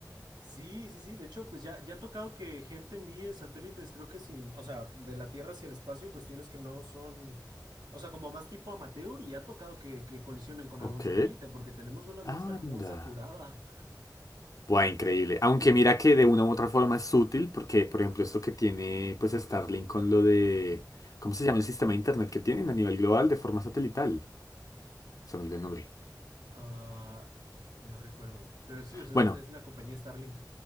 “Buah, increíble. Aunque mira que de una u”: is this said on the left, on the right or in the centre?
Left